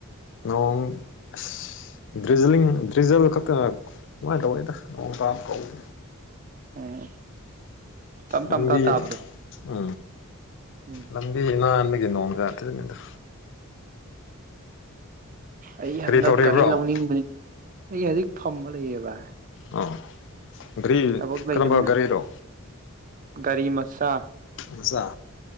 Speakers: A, on the left; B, on the right.
A: ꯅꯣꯡ ꯑꯁ ꯗ꯭ꯔꯤꯖꯂꯤꯡ ꯗ꯭ꯔꯤꯖꯜ ꯈꯛꯇꯪ ꯑꯗꯨꯝꯃꯥꯏ ꯇꯧꯋꯦꯗ ꯅꯣꯡ ꯇꯥꯕ ꯀꯧꯗꯦ
B: ꯎꯝ ꯇꯞ ꯇꯞ
A: ꯂꯝꯕꯤ
B: ꯇꯥ ꯇꯥꯕꯗꯣ
A: ꯑ
B: ꯎꯝ
A: ꯂꯝꯕꯤ ꯅꯥꯟꯕꯒꯤ ꯅꯣꯡ ꯖꯥꯠꯇꯤꯅꯤꯗ
B: ꯑꯩ
A: ꯀꯔꯤ
B: ꯍꯟꯗꯛ
A: ꯇꯧꯔꯤꯕ꯭ꯔꯣ
B: ꯒꯥꯔꯤ ꯂꯧꯅꯤꯡꯕꯅꯦ ꯑꯩ ꯍꯧꯖꯤꯛ ꯐꯝꯃ ꯂꯩꯌꯦꯕ
A: ꯑꫭ ꯒꯥꯔꯤ
B: ꯊꯕꯛ ꯂꯩꯇꯕꯅꯤꯅ
A: ꯀꯔꯝꯕ ꯒꯥꯔꯤꯔꯣ
B: ꯒꯥꯔꯤ ꯃꯆꯥ
A: ꯃꯆꯥ